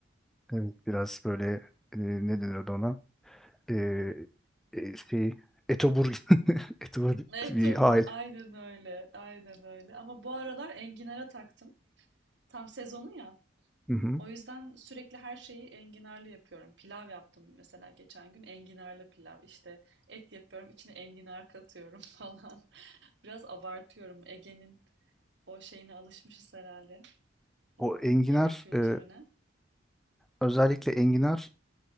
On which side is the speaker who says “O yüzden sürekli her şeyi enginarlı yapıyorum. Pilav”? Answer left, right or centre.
Right